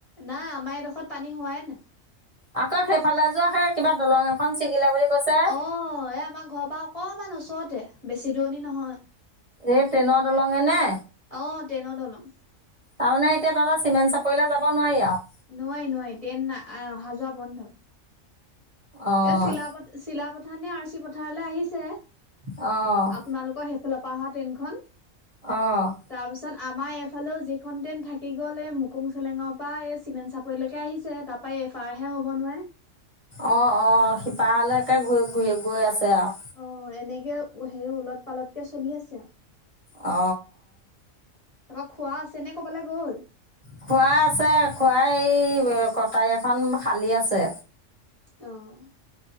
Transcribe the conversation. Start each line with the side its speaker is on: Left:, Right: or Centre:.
Left: নাই আমাৰ এডোখৰত পানী হোৱাই নাই।
Right: আকৌ সেইফালে যোৱা সেই কিবা দলং এখন ছিগিলে বুলি কৈছে
Left: অ', এ আমাৰ ঘৰৰ পৰা অকমান ওচৰতে বেছি দূৰণি নহয়।
Right: এই ট্ৰেইনৰ দলঙে নে?
Left: অ', ট্ৰেইনৰ দলং।
Right: তাৰমানে এতিয়া তহঁতৰ চিমেণ্ট চাপৰিলে যাব নোৱাৰি আৰু?
Left: নোৱাৰি নোৱাৰি ট্ৰেইন আহা যোৱা বন্ধ।
Right: অঁ
Left: এই চিলাপ চিলাপথাৰ নে আৰ চি পথাৰলৈ আহিছে।
Right: অ'।
Left: আপোনালোকৰ সেইফালৰ পৰা অহা ট্ৰেইনখন।
Right: অ'।
Left: তাৰ পিছত আমাৰ এইফালেও যিখন ট্ৰেইন থাকি গ'ল এই মুকুং চেলেঙৰ পৰা এই চিমেণ্ট চাপৰিলৈকে আহিছে। তাপ পাই এফাৰহে হ'ব নোৱাই
Right: অ অ সিপাহলৈকে ঘূৰি ঘূৰি গৈ আছে আউ
Left: অ এনেকে হে ওলট পালটকে চলি আছে আউ
Right: অ
Left: তাৰপা খুৱা আছে নে ক'বালে গ'ল
Right: খুঢ়া আছে খুঢ়াই এই এ কটাই এখন খালি আছে
Left: অঁ